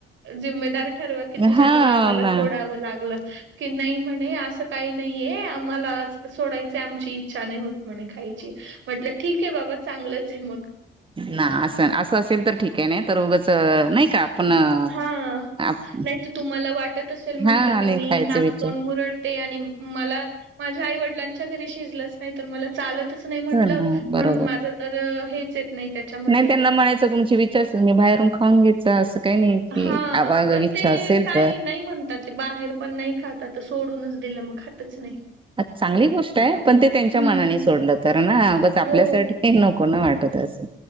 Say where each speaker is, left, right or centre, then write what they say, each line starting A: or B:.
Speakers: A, on the right (about 70°); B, on the right (about 25°).
A: जिम्मेदार ठरवा की तुझ्यामुळेळ
B: हा
A: आम्हाला
B: ना
A: सोडावं लागलं की नाही म्हणे असं काही नाहीये आम्हाला सोडायच आमची इच्छा नाही होत म्हणे खायची म्हटलं ठीक आहे बाबा चांगलंच आहे मग
B: ना असं असं असेल तर ठीक आहे नाही तर उगंच नाही का आपण
A: हा
B: आप-
A: नाही तर तुम्हाला वाटत असेल म्हटलं
B: हा
A: की
B: आणि
A: मी
B: खायचा
A: नागतोड
B: विचार
A: मुरडते आणि मला माझ्या आई वडिलांच्या घरी शिजलंच नाही तर मला चालतच नाही म्हटलं
B: हो ना बरोबर
A: म्हणून माझ तर हेच नाही त्याच्यामध्ये.
B: नाही त्यांना म्हणायचं तुमचे विचारल मी बाहेरून खाऊन घ्यायचा असं काही नाही की
A: हा
B: आवा
A: तर
B: विच्छा
A: ते
B: असेल
A: काही
B: तर
A: नाही म्हणतात ते बाहेर पण नाही खात तर सोडूनच दिलं मग खात तेच नाही
B: चांगली गोष्ट आहे पण ते त्यांच्या
A: हं.
B: मनाने सोडलं तर ना ऊगच आपल्यासाठी
A: हो,
B: काही नको ना वाटत असं